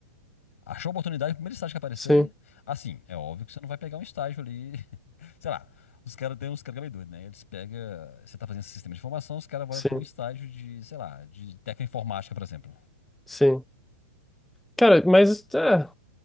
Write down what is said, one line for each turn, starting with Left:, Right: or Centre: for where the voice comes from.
Left: Achou oportunidade, o primeiro estágio que aparecer.
Centre: Sim,
Left: Assim, é óbvio que você não vai pegar um estágio ali. <laughs> Sei lá, os caras têm uns caras meio doidos, né? Eles pegam. Você tá fazendo esse sistema de informação, os caras vão
Centre: sim,
Left: pra um estágio de, sei lá, de técnica informática, por exemplo.
Centre: sim. Cara, mas é.